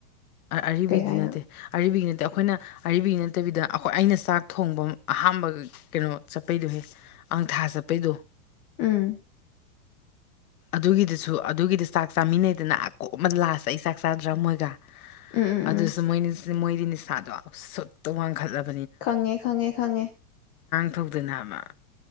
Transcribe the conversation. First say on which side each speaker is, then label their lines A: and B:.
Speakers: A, on the left; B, on the left.
A: ꯑꯔꯤꯕꯗꯤ
B: ꯀꯩ ꯍꯥꯏꯅꯣ
A: ꯅꯠꯇꯦ ꯑꯔꯤꯕꯒꯤ ꯅꯠ ꯑꯗ ꯑꯩꯈꯣꯏꯅ ꯑꯔꯤꯕꯒꯤ ꯅꯠꯇꯕꯤꯗ ꯑꯩꯈꯣꯏ ꯑꯩꯅ ꯆꯥꯛ ꯊꯣꯡꯕ ꯑꯍꯥꯝꯕ ꯀꯩꯅꯣ ꯆꯠꯄꯩꯗꯣꯍꯦ ꯑꯪ ꯊꯥ ꯆꯠꯄꯩꯗꯣ꯫
B: ꯎꯝ꯫
A: ꯑꯗꯨꯒꯤꯗꯨꯁꯨ ꯑꯗꯨꯒꯤꯗꯨ ꯆꯥꯛ ꯆꯥꯃꯤꯟꯅꯩꯗꯅ ꯑꯀꯣꯝꯕ ꯂꯥꯁꯇ ꯑꯩ ꯆꯥꯛ ꯆꯥꯗ꯭ꯔꯥ ꯃꯣꯏꯒ
B: ꯎꯝ ꯎꯝ
A: ꯑꯗꯨꯁꯨ
B: ꯎꯝ
A: ꯃꯣꯏꯅ ꯃꯣꯏꯗꯤ ꯅꯤꯁꯥꯗꯣ ꯁꯨꯠꯇ ꯋꯥꯡꯈꯠꯂꯕ
B: ꯈꯪꯉꯦ ꯈꯪꯉꯦ ꯈꯪꯉꯦ꯫
A: ꯇꯧꯗꯅ ꯑꯃ